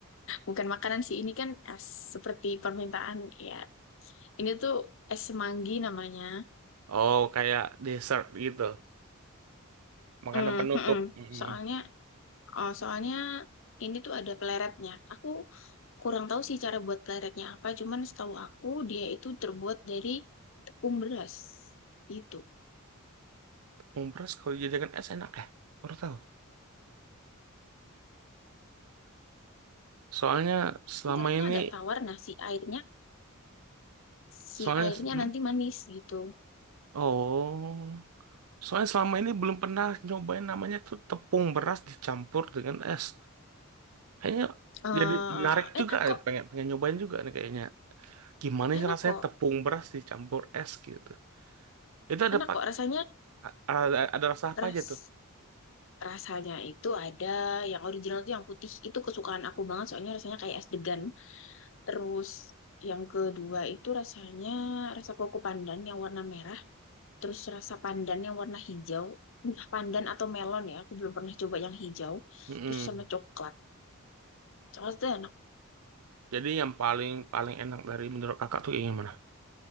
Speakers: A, on the left; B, on the right.
A: bukan makanan sih. Ini kan eh, seperti permintaan ya Ini tuh es semanggi namanya.
B: Oh, kayak dessert gitu. Makanan
A: Hmm,
B: penutup.
A: hmm,
B: Mm-mm.
A: Soalnya, oh, soalnya ini tuh ada peleretnya. Aku kurang tahu sih cara buat peleretnya apa, cuman setahu aku dia itu terbuat dari tepung beras. itu.
B: Umpress kalau dijadikan es enak ya? Baru tahu. Soalnya selama
A: Nanti rasanya
B: ini,
A: agak tawar, nah si airnya,
B: soalnya,
A: si airnya
B: mm,
A: nanti manis gitu.
B: oh, soalnya selama ini belum pernah nyobain namanya tuh tepung beras dicampur dengan es. Kayaknya
A: eh
B: jadi menarik
A: enak
B: juga, eh,
A: kok,
B: pengen pengen nyobain juga nih kayaknya. Gimana
A: enak
B: sih rasanya
A: kok,
B: tepung beras dicampur es gitu? Itu ada
A: enak
B: pak-
A: kok rasanya.
B: ada, ada rasa apa
A: Ras,
B: aja tuh?
A: rasanya itu ada yang original tuh yang putih itu kesukaan aku banget soalnya rasanya kayak es degan. Terus yang kedua itu rasanya rasa koko pandan yang warna merah, terus rasa pandan yang warna hijau, entah pandan atau melon ya, aku belum pernah coba yang hijau,
B: Mm-mm.
A: terus sama coklat. Coklatnya enak,
B: Jadi yang paling paling enak dari menurut kakak tuh yang gimana?